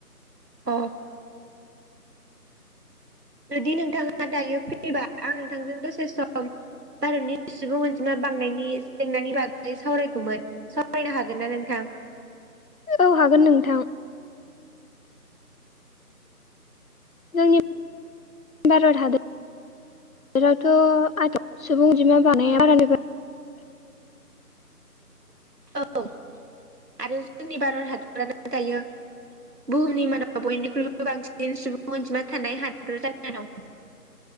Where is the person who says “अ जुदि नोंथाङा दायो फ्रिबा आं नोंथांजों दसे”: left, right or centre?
Right